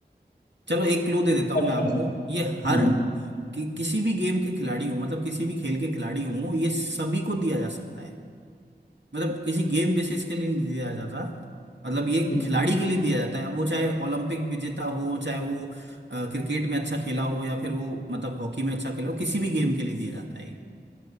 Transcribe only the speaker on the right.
चलो एक क्लू दे देता हूँ
मैं आपको ये
हर कि, किसी भी गेम के खिलाड़ी हो मतलब किसी भी खेल के खिलाड़ी हो ये सभी को दिया जा सकता है मतलब किसी गेम बेसिस के लिए नहीं दिया जाता मतलब ये
खिलाड़ी के लिए दिया जाता है वो चाहे ओलंपिक विजेता हो चाहे वो अ, क्रिकेट में अच्छा खेला हो या फिर वो मतलब हॉकी में अच्छा खेला हो किसी भी गेम के लिए दिया जाता है